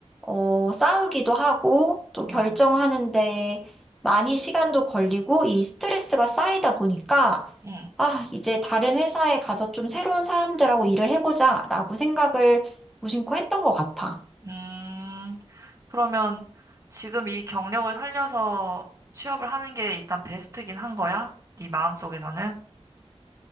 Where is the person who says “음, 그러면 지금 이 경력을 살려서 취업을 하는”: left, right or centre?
Right